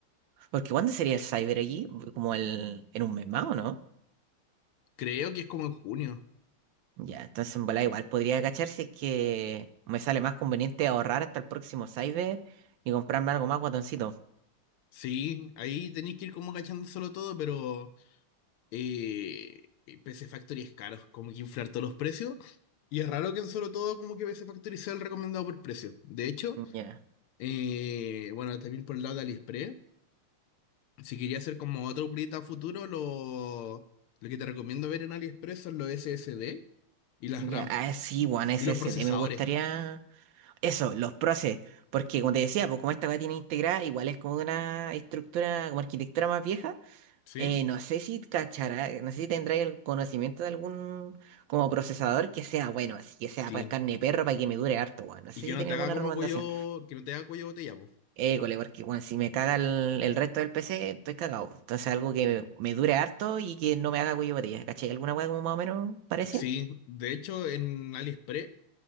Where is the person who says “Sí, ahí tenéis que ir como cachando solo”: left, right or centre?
Left